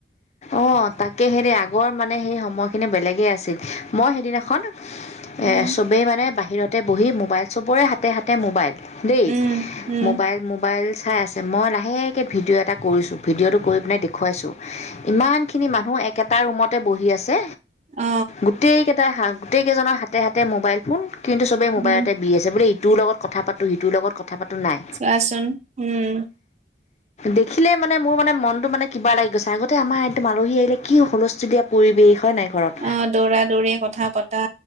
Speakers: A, on the left; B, on the right.
A: অ', তাকেহে দেই আগৰ মানে সেই সময়খিনি বেলেগে আছিল মই সেইদিনাখন
B: উম
A: এ চবেই মানে বাহিৰতে বহি মোবাইল, চবৰে হাতে হাতে মোবাইল দেই
B: উম উম
A: মোবাইল মোবাইল চাই আছে। মই লাহেকে ভিডিঅ' এটা কৰিছোঁ ভিডিঅ'টো কৰি পেলাই দেখুৱাইছোঁ ইমানখিনি মানুহ একেটা ৰুমতে বহি আছে।
B: অ
A: গোটেইকেট গোটেইজনৰ হাতে হাতে মোবাইল ফোন কিন্তু চবেই মোবাইলতে
B: উম
A: আছে বোলে ইটোৰ লগত কথা পাতোঁ সিটোৰ লগত কথা পাতোঁ নাই।
B: চোৱাচোন উম।
A: দেখিলেই মানে মোৰ মানে মনটো মানে কিবা লাগি গৈছে আগত আগতে আমাৰ একদম আলহী আহিলে কি হুলস্থুলীয়া পৰিৱেশ হয় নাই? ঘৰত
B: অ দৌৰা দৌৰি কথা পতা